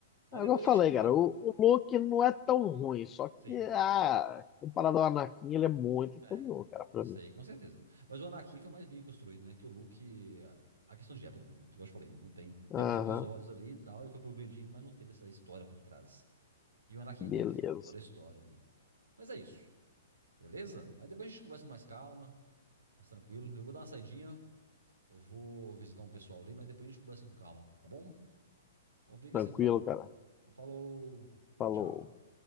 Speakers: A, on the right; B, on the left.
A: Mas
B: Agora
A: depois
B: eu
A: a
B: falei,
A: gente marca.
B: cara, o, o Luke não é tão ruim, só que
A: Sim.
B: ah, comparado ao Anakin, ele é muito inferior,
A: É,
B: cara, pra
A: isso
B: mim.
A: aí com certeza. Mas o Anakin foi mais bem construído, né? Que o Luke. A a questão de época também, como eu te falei, não tem.
B: Aham,
A: Teve os episódios ali e tal, ele foi progredindo, mas não teve essa história por trás. E o Anakin
B: beleza.
A: teve toda a história ali. Mas é isso, beleza? Mas depois a gente conversa com mais calma, mais tranquilo. Eu vou dar uma saidinha, eu vou visitar um pessoal ali, mas depois a gente conversa com calma, tá bom? Então fica
B: Tranquilo,
A: assim então.
B: cara.
A: Então falou,
B: Falou.
A: tchau, tchau.